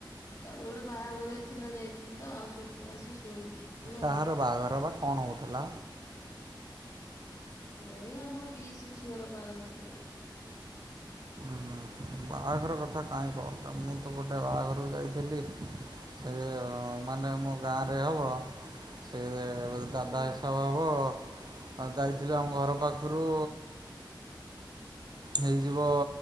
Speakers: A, on the left; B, on the right.
A: କାଲି ଗୋଟେ ବାହାଘରିଆ ଥିଲା ଯାଇଥିଲି ତ ସେଇଥିପାଇଁ ଆସିକି ଶୋଇଛି। ଆଉ।
B: କାହାର ବାହାଘର ବା କଣ ହେଉଥିଲା?
A: ଏଇ ଆମ ପିଇସି ଝିଅର ବାହାଘର ଥିଲା।
B: ହୁଁ ହୁଁ ବାହାଘର କଥା କାହିଁ କହୁଛ ମୁଁ ତ ଗୋଟେ ବାହାଘରକୁ ଯାଇଥିଲି ସେ ମାନେ ମୋ ଗାଁରେ ହବ ସେ ଏ ଗୋଟେ
A: ହୁଁ
B: ଦାଦା ହିସାବ ହେବ। ଆ ଯାଇଥିଲି ଆମ ଘର ପାଖରୁ ହେଇଯିବ